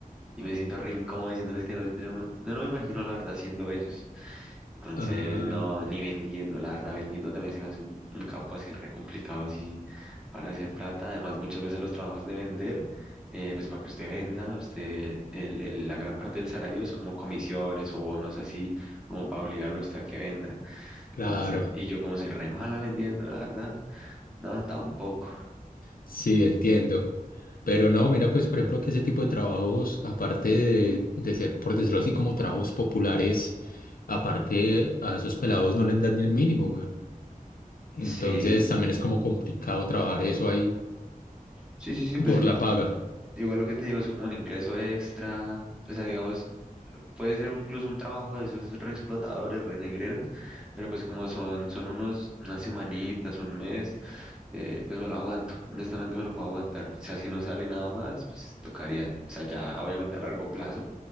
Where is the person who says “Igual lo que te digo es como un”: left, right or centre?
Centre